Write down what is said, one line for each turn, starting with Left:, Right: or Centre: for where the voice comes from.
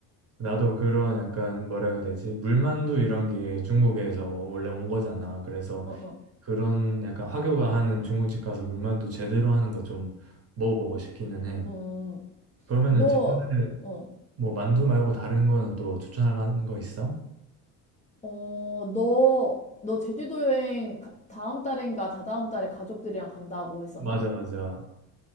Right: 나도 그런 약간 뭐라 해야 되지? 물만두 이런 게 중국에서 원래 온 거잖아. 그래서
Left: 어, 어,
Right: 그런 약간 화교가 하는 중국집 가서 물만두 제대로 하는 거 좀 먹어보고 싶기는 해.
Left: 음.
Right: 그러면은
Left: 너,
Right: 제주도에
Left: 어,
Right: 뭐 만두 말고 다른 거는 또 추천할 만한 거 있어?
Left: 어, 너, 너 제주도 여행 가- 다음 달인가 다다음 달에 가족들이랑 간다고 했었나?
Right: 맞아 맞아.